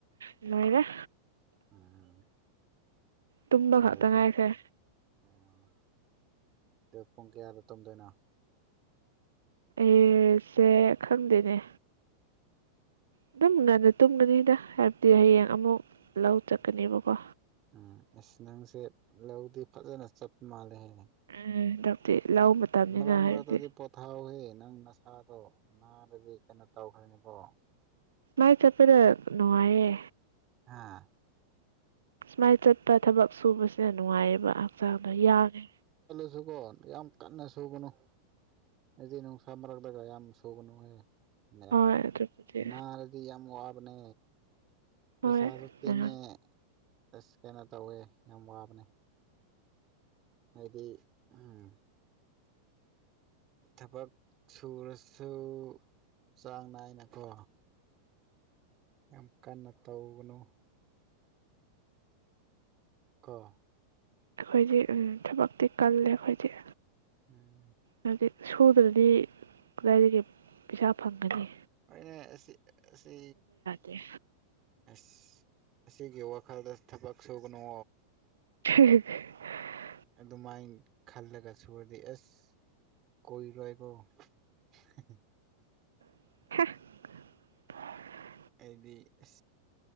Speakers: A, on the right (about 70°); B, on the right (about 35°).
A: ꯅꯣꯏꯔꯦ
B: ꯎꯝ
A: ꯇꯨꯝꯕ
B: ꯂ
A: ꯈꯛꯇ
B: ꯑ
A: ꯉꯥꯏꯈ꯭ꯔꯦ
B: ꯑꯗ ꯄꯨꯡ ꯀꯌꯥꯗ ꯇꯝꯗꯣꯏꯅꯣ
A: ꯑꯦꯁꯦ ꯈꯪꯗꯦꯅꯦ ꯑꯗꯨꯝ ꯉꯅ ꯇꯨꯝꯒꯅꯤꯗ ꯍꯥꯏꯕꯗꯤ ꯍꯌꯦꯡ ꯑꯃꯨꯛ ꯂꯧ ꯆꯠꯀꯅꯦꯕꯀꯣ
B: ꯎꯝ ꯑꯁ ꯅꯪꯁꯦ ꯂꯧꯗꯤ ꯐꯖꯅ ꯆꯠꯄ ꯃꯥꯜꯂꯦꯍ
A: ꯍꯟꯗꯛꯇꯤ ꯂꯧ ꯃꯇꯝꯅꯤꯅ
B: ꯃ ꯑꯃꯔ
A: ꯍꯥꯏꯕꯗꯤ
B: ꯇꯗꯤ ꯄꯣꯊꯥ ꯍꯅ ꯅꯪ ꯅꯁꯥꯗꯣ ꯅꯥꯔꯗꯤ ꯀꯩꯅꯣ ꯇꯧꯈ꯭ꯔꯅꯤꯀꯣ
A: ꯥꯏ ꯆꯠꯄꯦꯗ ꯅꯨꯡꯉꯥꯏꯦ
B: ꯍꯥꯥ
A: ꯁꯨꯃꯥꯏꯅ ꯆꯠꯄ ꯊꯕꯛ ꯁꯨꯕꯁꯤꯅ ꯅꯨꯡꯉꯥꯏꯌꯦꯕ ꯍꯛꯆꯥꯡꯗꯣ ꯌꯥꯉꯦ
B: ꯁꯀꯣ ꯌꯥꯝ ꯀꯟꯅ ꯁꯨꯒꯅꯨ ꯑꯦꯗꯤꯅ ꯁꯃꯔꯒꯗꯒ ꯌꯥꯝ ꯑꯃ ꯁꯒꯅ ꯍꯌꯦ ꯌꯥꯝ
A: ꯍꯣꯏ ꯑꯗꯨꯕꯨꯗꯤ
B: ꯅ ꯍꯥꯏꯗꯤ ꯌꯥꯝ ꯋꯥꯕꯅꯦ ꯄꯩꯁꯥꯁꯨ
A: ꯍꯣꯏ
B: ꯇꯤꯡꯉꯦ
A: ꯅꯍꯥꯟ
B: ꯑꯁ ꯀꯩꯅꯣ ꯇꯧꯋꯦ ꯌꯥꯝ ꯋꯥꯕꯅꯦ ꯍꯥꯏꯗꯤ ꯎꯝ ꯊꯕꯛ ꯁꯨꯔꯁꯨ ꯆꯥꯡ ꯅꯥꯏꯅꯀꯣ ꯌꯥꯝ ꯀꯟꯅ ꯇꯒꯅꯨ ꯀꯥ
A: ꯑꯩꯈꯣꯏꯗꯤ ꯊꯕꯛꯇꯤ ꯀꯜꯂꯦ ꯑꯩꯈꯣꯏꯗꯤ
B: ꯎꯝ
A: ꯍꯥꯏꯗꯤ ꯁꯨꯗ꯭ꯔꯗꯤ ꯀꯗꯥꯏꯗꯒꯤ ꯄꯩꯁꯥ ꯐꯪꯒꯅꯤ
B: ꯑꯅꯦ ꯑꯁꯤ ꯑꯁꯤ
A: ꯦ
B: ꯑꯁ ꯑꯁꯤꯒꯤ ꯋꯥꯈꯜꯗ ꯊꯕꯛ ꯁꯨꯒꯅꯨ
A: ꯍ
B: ꯑꯗꯨꯃꯥꯏꯅ ꯈꯜꯂꯒ ꯁꯨꯔꯗꯤ ꯑꯦꯁ ꯀꯣꯏꯔꯣꯏꯀꯣ <unintelligible>
A: <unintelligible>
B: ꯍꯥꯏꯗꯤ ꯑꯦ